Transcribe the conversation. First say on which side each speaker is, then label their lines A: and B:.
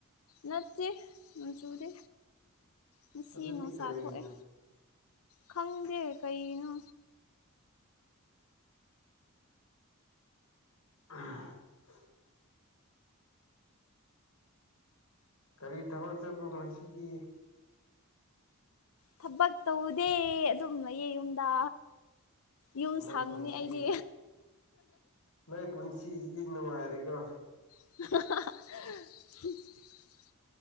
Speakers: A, on the left; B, on the left.
A: ꯅꯠꯇꯦ ꯅꯣꯡ ꯆꯨꯗꯦ ꯉꯁꯤ
B: ꯑꯗꯨꯗꯤ
A: ꯅꯨꯡꯁꯥ
B: ꯀꯔꯤꯅꯣ
A: ꯊꯣꯛꯑꯦ ꯈꯪꯗꯦ ꯀꯩꯅꯣ
B: ꯑ <inaudible> ꯀꯔꯤ ꯊꯕꯛ ꯆꯠꯄꯔꯣ ꯉꯁꯤꯗꯤ
A: ꯊꯕꯛ ꯇꯧꯗꯦ ꯑꯗꯨꯝ ꯂꯩꯌꯦ ꯌꯨꯝꯗ
B: ꯑꯁ
A: ꯌꯨꯝ
B: ꯅꯣꯏ
A: ꯁꯪꯕꯅꯦ
B: ꯄꯨꯟꯁꯤ
A: ꯑꯩꯗꯤ
B: ꯅꯣꯏ ꯄꯨꯟꯁꯤꯁꯤꯗꯤ ꯅꯨꯡꯉꯥꯏꯔꯦꯀꯣ
A: <unintelligible> <inaudible>